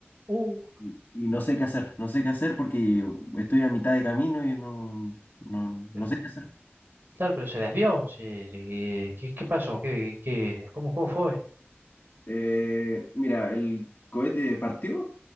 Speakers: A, on the right; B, on the left.
A: Uh,
B: Y y no sé qué hacer, no sé qué hacer porque estoy a mitad de camino y no, no,
A: pero,
B: no sé qué hacer.
A: claro, pero se desvió. Sí, sí, ¿qué, qué- qué pasó? ¿Qué, qué, cómo, cómo fue?
B: Eh, mira, el cohete partió,